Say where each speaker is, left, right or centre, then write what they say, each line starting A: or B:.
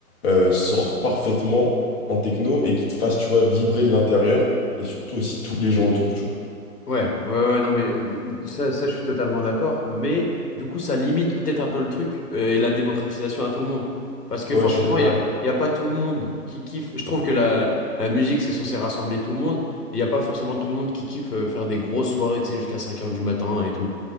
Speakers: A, on the left (about 40°); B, on the left (about 75°).
A: euh, sorte parfaitement en techno et qui te fasse, tu vois, vibrer de l'intérieur et surtout aussi tous les gens autour, tu
B: Ouais, ouais, ouais, non, mais d- d- ça, ça, je suis totalement d'accord. Mais du coup, ça limite peut-être un peu le truc euh, et la démocratisation à tout le monde. Parce que
A: vois.
B: forcément,
A: Ouais, je suis d'accord.
B: il n'y a, il y a pas tout le monde qui kiffe. Je trouve que la, la musique, c'est censé rassembler tout le monde. Et il n'y a pas forcément tout le monde qui kiffe euh, faire des grosses soirées, tu sais, jusqu'à 5 heures du matin et tout.